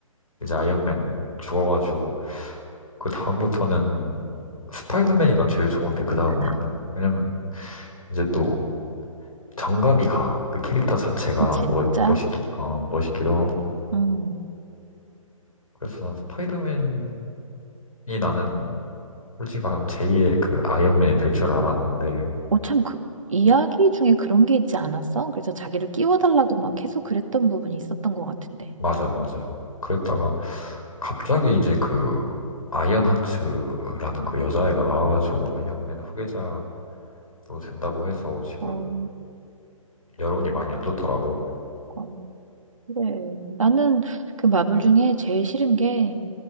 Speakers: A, on the left; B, on the right.
A: 이제 아이언맨 죽어가지고, 그 다음부터는 스파이더맨이 난 제일 좋은데, 그 다음으로는?
B: 아,
A: 왜냐면, 이제 또 정감이 가. 그 캐릭터 자체가
B: 진짜?
A: 멋, 멋있기, 어, 멋있기도 하고.
B: 음.
A: 그래서 난 스파이더맨이 나는 솔직히 말하면 제2의 그 아이언맨이 될 줄 알았는데,
B: 어, 참, 그, 이야기 중에 그런 게 있지 않았어? 그래서 자기를 끼워달라고 막 계속 그랬던 부분이 있었던 것 같은데.
A: 맞아, 맞아. 그랬다가 갑자기 이제 그 아이언하츠라는 그 여자애가 나와가지고 아이언맨 후계자로 된다고 해서 지금
B: 어,
A: 여론이 많이 안 좋더라고.
B: 아, 그래. 나는 그 마블 중에 제일 싫은 게